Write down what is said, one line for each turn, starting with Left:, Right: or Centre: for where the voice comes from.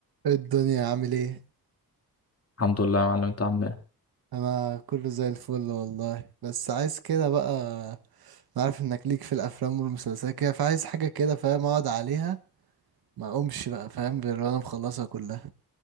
Right: إيه الدنيا عامل ايه
Left: الحمد لله يا معلم انت عامل ايه
Right: انا كله زي الفل والله بس عايز كده بقى انا عارف انك ليك في الافلام والمسلسلات كده فعايز حاجه كده فاهم اقعد عليها ما اقومش بقى فاهم غير وانا مخلصها كلها